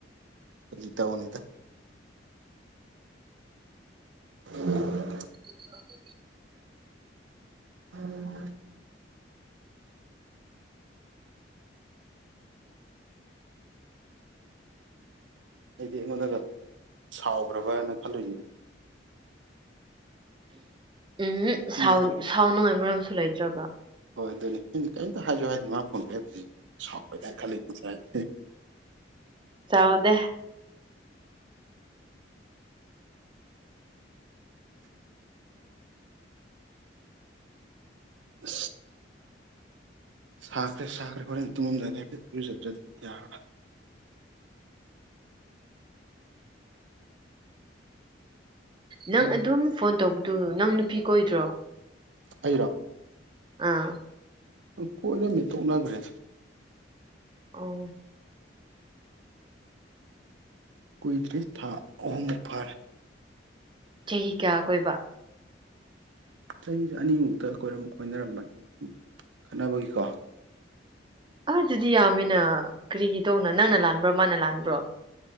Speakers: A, on the right (about 85°); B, on the right (about 25°).
A: ꯒꯤꯇꯕꯨꯅꯤꯗ ꯎ
B: <inaudible>
A: ꯎꯝ ꯑꯩꯗꯤ ꯑꯩꯉꯣꯟꯗꯒ ꯁꯥꯎꯈ꯭ꯔꯕꯅ ꯈꯜꯂꯨꯁꯤꯅꯦ
B: ꯎꯝ
A: ꯑꯩꯅ
B: ꯁꯥꯎ ꯉꯥꯏ ꯃꯔꯝꯁꯨ ꯂꯩꯇ꯭ꯔꯕ
A: ꯍꯣꯏ ꯑꯗꯨꯅꯦ ꯀꯔꯤꯝꯇ ꯍꯥꯏꯖꯣ ꯍꯥꯏꯗꯅ ꯃꯥ ꯐꯣꯟ ꯄꯦꯞꯦ ꯁꯋꯥꯣꯏꯗ ꯈ ꯂꯩꯦ ꯆꯦ
B: ꯁꯥꯎꯗꯦ
A: ꯑ ꯁꯥꯀ꯭ꯔꯦ ꯁꯥꯈ꯭ꯔꯦ ꯍꯣꯔꯦꯟ ꯇꯨꯃꯝꯗꯏ ꯍꯥꯏꯦ ꯌꯔꯖꯗ꯭ꯔꯗꯤ ꯌꯥꯔꯔ <inaudible>
B: ꯅꯪ
A: ꯎꯝ
B: ꯑꯗꯨꯝ ꯐꯣꯟ ꯇꯧꯕꯗꯨ ꯅꯪ ꯅꯨꯄꯤ ꯀꯣꯏꯗ꯭ꯔꯣ
A: ꯑꯩꯔꯣ
B: ꯑꯥ
A: ꯀꯣꯏꯔꯝꯃꯤ ꯇꯣꯛꯅꯈ꯭ꯔꯦ
B: ꯑꯣ
A: ꯀꯨꯏꯗ꯭ꯔꯤꯁ ꯊꯥ ꯑꯍꯨꯝ ꯐꯔ
B: ꯆꯍꯤ ꯀꯌꯥ ꯀꯣꯏꯕ
A: ꯆꯍꯤꯁ ꯑꯅꯤꯃꯨꯛꯇ ꯀꯣꯏꯅꯔꯝꯕꯅꯤ ꯈꯠꯅꯕꯒꯤꯀꯣ
B: ꯑ ꯑꯗꯨꯗꯤ ꯌꯥꯝꯃꯤꯅ ꯀꯔꯤꯒꯤꯗꯧꯅꯣ ꯅꯪꯅ ꯂꯥꯟꯕ꯭ꯔꯣ ꯃꯥꯅ ꯂꯥꯟꯕ꯭ꯔꯣ